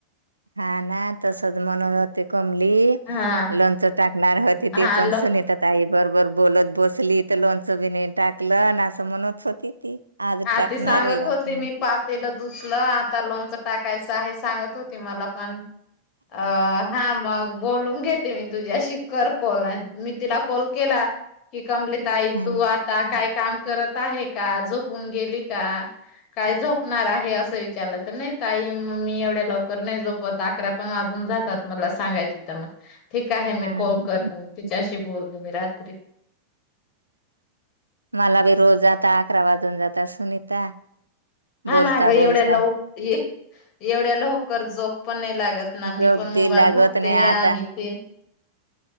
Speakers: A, on the right (about 80°); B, on the left (about 40°).
A: हा ना तसच म्हणत होते कमली
B: हा
A: लोणच टाकणार होती
B: हा
A: ती पण
B: ल
A: सुनीता ताई बरोबर बोलत बसली लोणचं बी नाही टाकलं असं म्हणत होती ती आज
B: हा
A: टाकणार
B: ते सांगत
A: आहे
B: होते
A: असं
B: मी पातेल धुतलं आता लोणच टाकायचं आहे सांगत होती मला पण अ हा मग बोलून घेते मी तुझ्याशी कर कॉल मी तिला कॉल केला कि कमली ताई
A: हम्म
B: तू आता काय काम करत आहे का झोपून गेली का. काय झोपणार आहे. असं विचारलं तर नाही ताई मी एवढ्या लवकर नाही झोपत अकरा पण वा जून जातात मला सांगायची तर मग ठीक आहे. मी
A: हा
B: कॉल
A: ना
B: करते तिच्याशी बोलते मी रात्री.
A: मला बी रोज जात अकरा वाजून जात सुनीता
B: हा
A: बोलता
B: ना ग एवढ्या
A: बोलता
B: लवकर एवढ्या लवकर झोप पण नाही लागत ना
A: झोप
B: मी पण मोबाईल
A: बी लागत
B: बघते
A: नाही आता
B: आणि ते